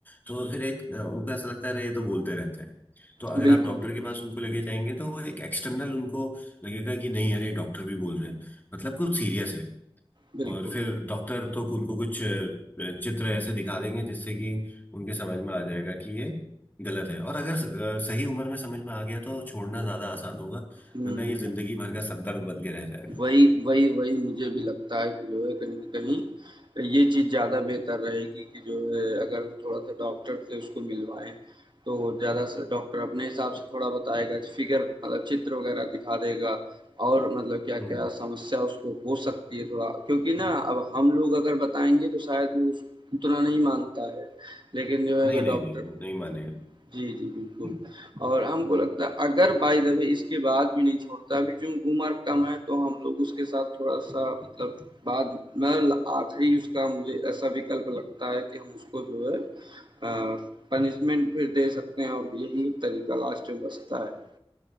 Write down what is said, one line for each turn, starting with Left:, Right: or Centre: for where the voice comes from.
Left: तो फिर एक अ, उनको ऐसा लगता है अरे ये तो बोलते रहते हैं तो अगर
Right: बिल्कुल,
Left: आप डॉक्टर के पास उनको लेके जाएंगे तो वो एक एक्सटर्नल उनको लगेगा कि नहीं अरे डॉक्टर भी बोल रहे हैं मतलब कुछ सीरियस है
Right: बिल्कुल।
Left: और फिर डॉक्टर तो उनको कुछ अ, चित्र ऐसे दिखा देंगे जिससे कि उनके समझ में आ जाएगा कि ये गलत है और अगर स- अ, सही उम्र में समझ में आ गया तो छोड़ना ज्यादा आसान होगा
Right: हुँ।
Left: वरना ये जिंदगी भर का सरदर्द बन के रह जाएगा
Right: वही वही वही मुझे भी लगता है कि जो है कहीं ना कहीं ये चीज़ ज़्यादा बेहतर रहेगी कि जो है अगर हम थोड़ा सा डॉक्टर से उसको मिलवाएँ तो ज़्यादा से डॉक्टर अपने हिसाब से थोड़ा बताएगा फिगर मतलब चित्र वगैरह दिखा देगा और मतलब क्या-क्या
Left: हम्म
Right: समस्या उसको हो सकती है थोड़ा क्योंकि ना अब हम लोग अगर बताएँगे तो शायद वो उस उतना नहीं मानता है। लेकिन जो है
Left: नहीं
Right: अगर
Left: नहीं
Right: डॉक्टर
Left: नहीं वो नहीं मानेगा
Right: जी, जी, बिल्कुल।
Left: हम्म।
Right: और हमको लगता है अगर बाय द वे इसके बाद भी नहीं छोड़ता, अभी चूँकि उम्र कम है तो हम लोग उसके साथ थोड़ा-सा मतलब बाद मतलब आखिरी उसका मुझे ऐसा विकल्प लगता है कि हम उसको जो है अ, पनिशमेंट फिर दे सकते हैं और यही तरीका लास्ट में बचता है।